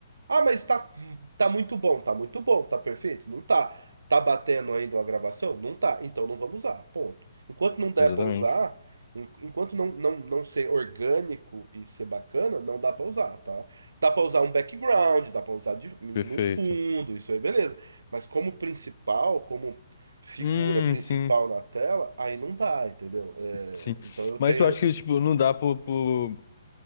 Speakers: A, on the right (about 80°); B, on the left (about 55°).
A: Ah, mas tá, tá muito bom, tá muito bom, tá perfeito? Não tá. Tá batendo ainda uma gravação? Não tá. Então não vamos usar, ponto. Enquanto não der
B: Exatamente.
A: pra usar, en- enquanto não, não, não ser orgânico e ser bacana, não dá pra usar, tá? Dá pra usar um background, dá pra usar de, num
B: Perfeito.
A: fundo, isso aí beleza. Mas como principal, como figura
B: Hum,
A: principal
B: sim.
A: na tela, aí não dá, entendeu? É,
B: Sim.
A: então eu
B: Mas
A: tenho
B: eu acho que, tipo, não dá por, por,